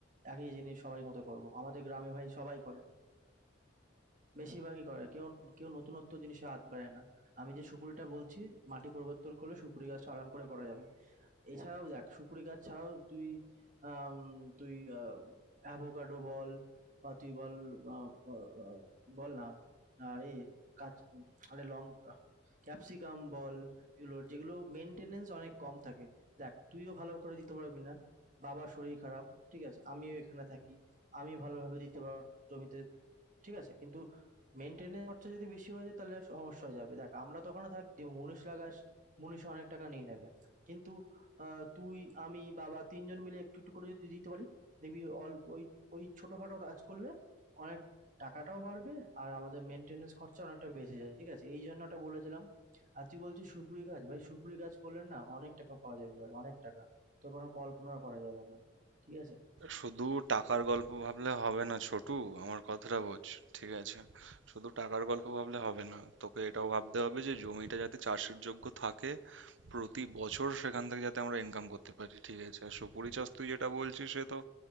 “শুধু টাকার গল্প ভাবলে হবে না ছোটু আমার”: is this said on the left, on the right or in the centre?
Right